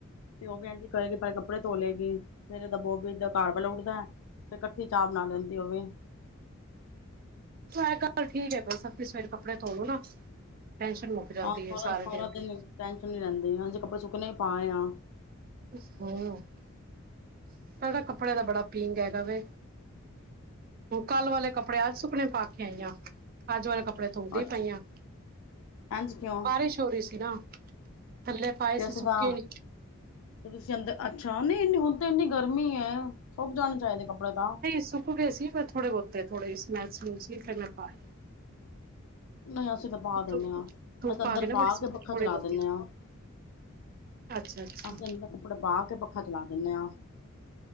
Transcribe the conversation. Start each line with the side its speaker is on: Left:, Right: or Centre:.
Left: ਤੇ ਉਹ ਵੀਂ ਏਂਜੀ ਕਰੇਗੀ ਪੈਲੇ ਕੱਪੜੇ ਧੋ ਲਏਗੀ ਫੇਰ ਓਂਦਾ ਬੋਬੀ ਏ ਦਾ ਘਰਵਾਲਾ ਉੱਠਦਾ ਐ। ਤੇ ਕੱਠੀ ਚਾਹ ਬਣਾ ਲੈਂਦੀ ਉਹ ਵੀ।
Right: ਐ ਗੱਲ ਠੀਕ ਹੈ ਬਈ ਸੱਤੀ ਸਵੇਰੇ ਕੱਪੜੇ ਧੋ ਲੋ ਨਾ ਟੈਸ਼ਨ ਮੁੱਕ ਜਾਂਦੀ
Left: ਆਹ ਸਾਰਾ,
Right: ਹੈ ਸਾਰੇ
Left: ਸਾਰਾ ਦਿਨ
Right: ਦੀ
Left: ਟੈਸ਼ਨ ਨੀ ਰਹਿੰਦੀ ਹਨ ਜੇ ਕੱਪੜੇ ਸੁੱਕਣੇ ਹੀ ਪਾਏ ਆ।
Right: <unintelligible> ਤੁਸੀਂ ਧੋਏ ਹੋ ਕੱਪੜੇ ਦਾ ਬੜਾ ਪੀਂਗ ਹੈਗਾ ਵੇ। ਕੱਲ ਵਾਲੇ ਕੱਪੜੇ, ਅੱਜ ਸੁੱਕਨੇ ਪਾ ਕੇ ਆਈ ਆ ਅੱਜ ਵਾਲੇ ਕੱਪੜੇ ਧੋਂਦੀ
Left: ਅੱਛਾ
Right: ਪਈਆਂ।
Left: ਇੰਝ ਕਿਉਂ
Right: ਬਾਰਿਸ਼ ਹੋ ਰਹੀ ਸੀ ਨਾ। ਥੱਲੇ ਪਾਏ
Left: ਕਿਸ
Right: ਸੀ ਸੁੱਕੇ
Left: ਦਾ?
Right: ਨੀ
Left: ਤੁਸੀਂ ਅੰਦਰ ਅੱਛਾ ਨਹੀਂ, ਨੀ ਹੁਣ ਤੇ ਇੰਨੀ ਗਰਮੀ ਹੈ ਸੁੱਕ ਜਾਣੇ ਚਾਹੀਦੇ ਕੱਪੜੇ ਤਾਂ।
Right: ਸੁੱਕ ਗਏ ਸੀ ਥੋੜੇ ਬਹੁਤੇ, ਥੋੜ੍ਹੇ ਸਮੈਲ ਸਮੂਲ ਸੀ ਫਿਰ ਮੈਂ ਪਾ ਆਈ।
Left: ਨਹੀਂ ਅਸੀਂ ਤਾਂ ਪਾ ਦਿੰਦੇ
Right: ਧੁੱਪ,
Left: ਹਾਂ
Right: ਧੁੱਪ
Left: ਅਸੀਂ ਅੰਦਰ
Right: ਆ ਗਈ ਨਾ
Left: ਪਾ
Right: <unintelligible> ਬੜੇ
Left: ਕੇ ਪੱਖਾ
Right: ਥੋੜੀ
Left: ਚਲਾ
Right: ਬਹੁਤੀ।
Left: ਦਿੰਦੇ ਹਾਂ
Right: ਅੱਛਾ, ਅੱਛਾ।
Left: ਅਸੀਂ ਅੰਦਰ ਕੱਪੜੇ ਪਾ ਕੇ ਪੱਖਾ ਚਲਾ ਦਿੰਦੇ ਆਂ